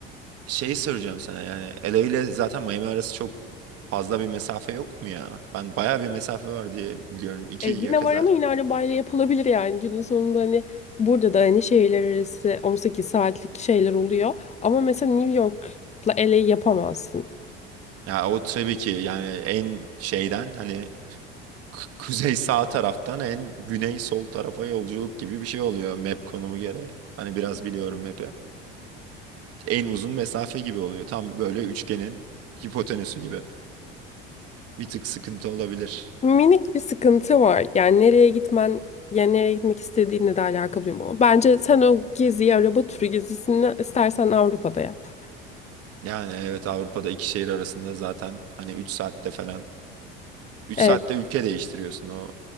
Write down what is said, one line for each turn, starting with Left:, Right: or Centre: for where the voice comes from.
Right: Şeyi soracağım sana yani LA ile zaten Miami arası çok fazla bir mesafe yok mu ya? Ben bayağı bir mesafe var diye biliyorum. İki
Left: E, yine
Right: yaka
Left: var
Right: zaten.
Left: ama yine arabayla yapılabilir yani günün sonunda hani burada da hani şehirler arası 18 saatlik şeyler oluyor ama mesela New York'la LA'yı yapamazsın.
Right: Ya o tabii ki yani en şeyden hani kü- kuzey sağ taraftan en güney sol tarafa yolculuk gibi bir şey oluyor map konumu gereği. Hani biraz biliyorum map'i. En uzun mesafe gibi oluyor. Tam böyle üçgenin hipotenüsü gibi. Bir tık sıkıntı olabilir.
Left: Minik bir sıkıntı var yani nereye gitmen yani nereye gitmek istediğinle de alakalı bilmiyorum ama bence sen o geziyi araba turu gezisini istersen Avrupa'da yap.
Right: Yani evet Avrupa'da iki şehir arasında zaten hani 3 saatte falan üç
Left: Evet.
Right: saatte ülke değiştiriyorsun o